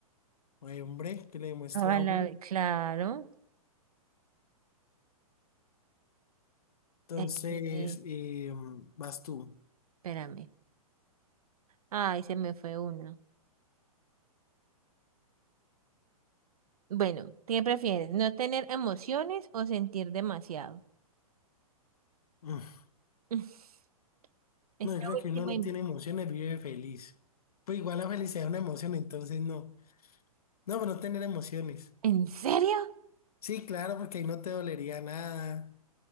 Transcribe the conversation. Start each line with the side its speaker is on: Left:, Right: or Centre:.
Left: Ay, hombre, que le demuestre
Right: Ojalá,
Left: a uno.
Right: claro.
Left: Entonces,
Right: Eh, eh,
Left: eh, vas tú.
Right: espérame. Ay, se me fue una. Bueno, ¿qué prefieres? ¿No tener emociones o sentir demasiado?
Left: Mm,
Right: <laughs> Esta
Left: No, yo creo
Right: última
Left: que uno no
Right: y me-
Left: tiene emociones, vive feliz. Pues igual la felicidad es una emoción, entonces no. No, pero no tener emociones.
Right: ¿En serio?
Left: Sí, claro, porque ahí no te dolería nada,